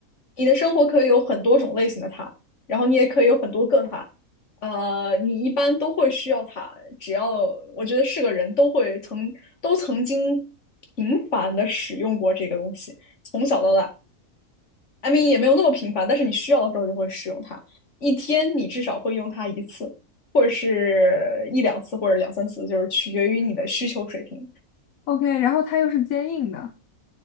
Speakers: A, on the left; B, on the left.
A: 你的生活可以有很多种类型的它，然后你也可以有很多个它。呃，你一般都会需要它，只要我觉得是个人都会曾都曾经频繁的使用过这个东西，从小到大，I mean 也没有那么频繁，但是你需要的时候就会使用它，一天你至少会用它一次，或者是一两次，或者两三次，就是取决于你的需求水平。
B: ？OK，然后它又是坚硬的，